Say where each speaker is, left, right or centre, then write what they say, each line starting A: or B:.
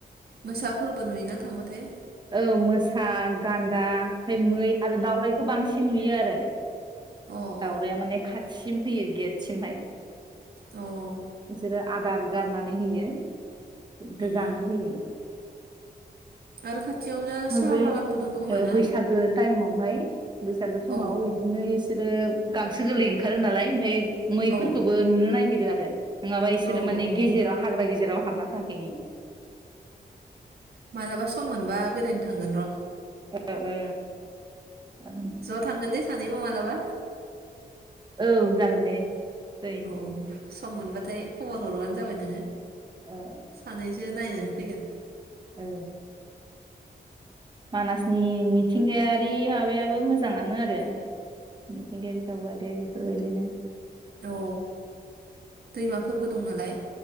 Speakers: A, on the right; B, on the right.
A: मोसाफोरबो नुयोना थांबाथाय?
B: औ मोसा गान्दा ओमफ्राय मै आरो दाउ राइखौ बांसिन नुयो आरो
A: अ अ
B: दावराइया माने खाथिसिम फैयो गेटसिमहाय
A: अ उम
B: बिसोरो आदार गारनानै होयो। बेखो जानो
A: उम
B: फैयो।
A: आरो खाथियावनो साहा
B: बे
A: बागानबो
B: ओ
A: दं खोमा ना
B: बैसागो टाइमावहाय बैसागो समाव
A: औ
B: इदिनो इस बिसोरो गांसो गोरलै ओंखारो नालाय ओमफाय मैफोरखौबो
A: औ
B: नुनो नागिरो आरो नङाबा इसोरो
A: औ
B: माने
A: औ
B: गेजेराव
A: औ
B: हाग्रा गेजेराव हाबना थाहैयो
A: मालाबा सम मोनबा बेरायनो थांगोन र'
B: ओ ओ ओ
A: ज' थांगोन दे सानैबो मालाबा
B: औ जागोन दे दै
A: औ सम मोनबाथाय खबर हरबानो जाबाय नोङो।
B: ओ
A: सानैजो नायनानै फैगोन
B: औ मानासनि मिथिंगायारि माबायाबो मोजां। मोजाङानो आरो मिथिंगायारि सावगारियारि बेबायदिनो
A: औ दैमाफोरबो दं नालाय